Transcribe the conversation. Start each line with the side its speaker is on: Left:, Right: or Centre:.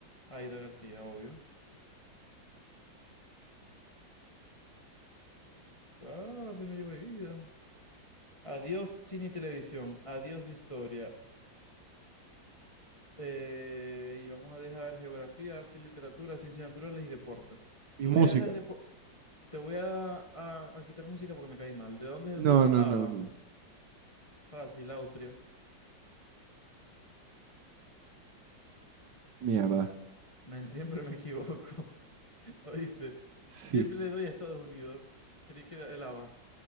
Left: Aida García, obvio. Ah, pero no lleva vida. Adiós cine y televisión, adiós historia. Eh, y vamos a dejar geografía, arte y literatura, ciencias naturales y deporte.
Right: Y
Left: Te
Right: música.
Left: voy a dejar de Te voy a, a- a quitar música porque me caí mal. ¿De dónde es
Right: No,
Left: el grupo
Right: no,
Left: ABBA?
Right: no, no.
Left: Fácil, Austria.
Right: Mierda.
Left: Men, <laughs> siempre me equivoco, <laughs> ¿oíste?
Right: Sí.
Left: Siempre le doy a Estados Unidos. Creí que era el ABBA.